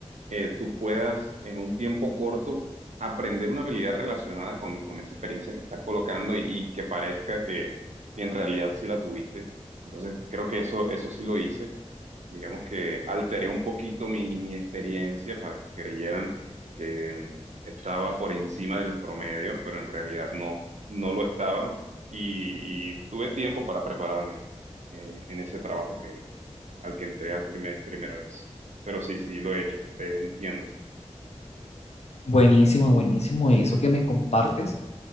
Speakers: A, on the right (about 85°); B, on the left (about 65°).
A: eh, tú puedas en un tiempo corto aprender una habilidad relacionada con, con esa experiencia que estás colocando y y que parezca que y en realidad sí la tuviste. Entonces, creo que eso, eso sí lo hice. Digamos que alteré un poquito mi, mi experiencia para que creyeran que mm, estaba por encima del promedio, pero en realidad no, no lo estaba y, y tuve tiempo para prepararme eh, en ese trabajo que, al que entré al primer, primera vez. Pero sí, sí, lo he hecho, te entiendo.
B: Buenísimo, buenísimo eso que me compartes.